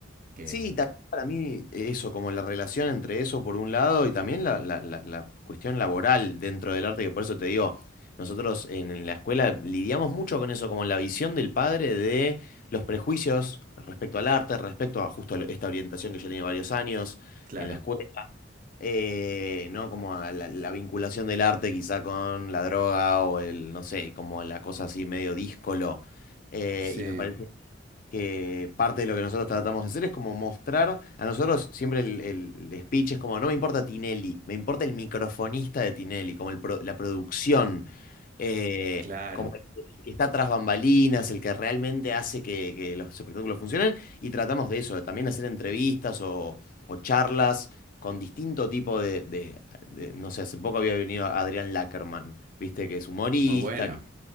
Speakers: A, on the right; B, on the left.
A: Que,
B: Sí, también para mí eh, eso, como la relación entre eso por un lado y también la, la- la- la cuestión laboral dentro del arte, que por eso te digo, nosotros en, en la escuela lidiamos mucho con eso, como la visión del padre de los prejuicios respecto al arte, respecto a justo lo- esta orientación que yo tenía varios años
A: claro,
B: en la escuela, eh, ¿no? Como a la, la vinculación del arte quizá con la droga o el, no sé, como la cosa así medio díscolo. Eh,
A: sí,
B: y me parece que parte de lo que nosotros tratamos de hacer es como mostrar, a nosotros siempre el, el speech es como, no me importa Tinelli, me importa el microfonista de Tinelli, como el pro- la producción, eh,
A: claro,
B: como el que está tras bambalinas, el que realmente hace que, que los espectáculos funcionen, y tratamos de eso, de también hacer entrevistas o, o charlas con distinto tipo de, de- de- no sé, hace poco había venido Adrián Lackerman, viste, que es humorista,
A: muy bueno,